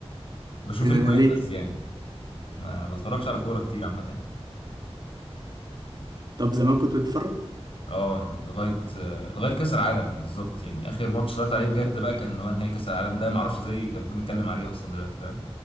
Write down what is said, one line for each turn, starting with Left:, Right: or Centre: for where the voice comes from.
Left: بشوف
Right: يعني
Left: اجوان
Right: انا ليه
Left: بس يعني ما بتفرجش على كوره كتير عامه يعني
Right: طب زمان كنت بتفرج
Left: اه لغايه آه، لغايه كاس العالم بالظبط يعني اخر ماتش اتفرجت عليه بجد بقى كان اللي هو نهائي كاس العالم ده ما اعرفش ازاي كان المفروض نتكلم عليه اصلا دلوقتي فاهم